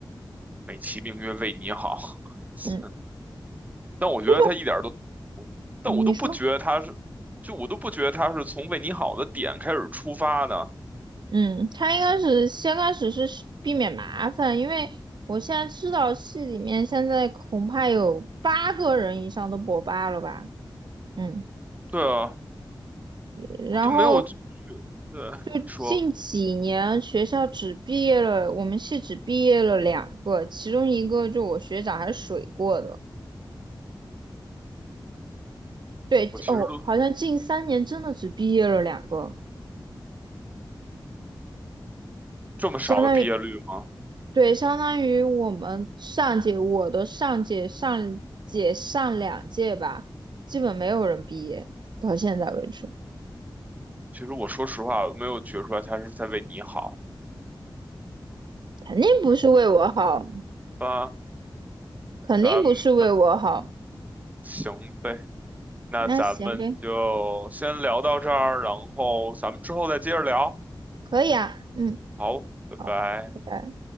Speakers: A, on the right (about 20°); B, on the right (about 60°).
A: 美其名曰为你好，<laughs>
B: 嗯，
A: 但我觉得他一点儿都，
B: 这就
A: 但我都不觉得他是，
B: 你说，
A: 就我都不觉得他是从为你好的点开始出发的。
B: 嗯，他应该是先开始是避免麻烦，因为我现在知道戏里面现在恐怕有八个人以上都博八了吧。嗯，
A: 对啊，
B: 然后
A: 我都没有觉得说，
B: 就近几年学校只毕业了，我们系只毕业了两个，其中一个就我学长还水过的。对，
A: 我其实都
B: 哦，好像近三年真的只毕业了两个，
A: 这么少的毕业率吗？
B: 相当于，对，相当于我们上届，我的上届、上届、上两届吧，基本没有人毕业，到现在为止，
A: 其实我说实话，我没有觉出来他是在为你好
B: 肯定不是为我好，
A: 啊。
B: 肯定不是为我好。
A: 咱们行呗，那咱们就先聊到这儿，
B: 那行呗，
A: 然后咱们之后再接着聊。
B: 可以啊，嗯，
A: 好，拜拜。
B: 好，拜拜。